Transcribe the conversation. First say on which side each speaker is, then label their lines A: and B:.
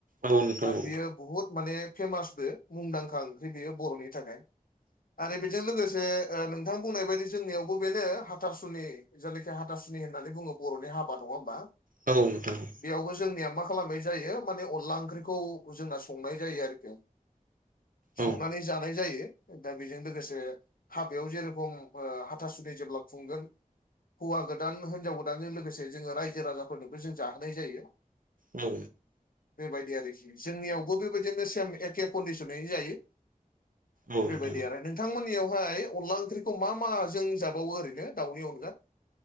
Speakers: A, on the right; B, on the left.
A: औ नोंथां
B: आरो
A: औ
B: बियो। बुहुद माने फेमासबो मुंदांखा ओंख्रि बेयो बर'नि थाखाय आरो बेजों लोगोसे नोंथां बुंनाय बायदि जोंनियावबो बेनो हाथारसुनि। जायनाखि हाथासुनि होननानै बुङो बर'नि हाबा नङा होमबा।
A: औ। औ
B: बेयावबो जोंनिया मा खालामनाय जायो माने अनला ओंख्रिखौ जोंना संनाय जायो आरोखि संनानै
A: औ
B: जानाय जायो दा बेजों लोगोसे हाबायाव जेरेखम हाथासुदि जेब्ला खुंगोन हौवा गोदान हिनजाव गोदानजों लोगोसे जोङो रायजो राजाफोरनोबो जों जाहोनाय जायो।
A: औ
B: बेबायदि आरोखि जोंनियावबो बेबायदिनो सेम एखे कन्डसनैनो जायो।
A: नोंथां
B: बेबायदि आरो नोंथांमोननियावहाय अनला ओंख्रि फंख्रिखौ मा मा जों जाबावो ओरैनो दाउनि अनगा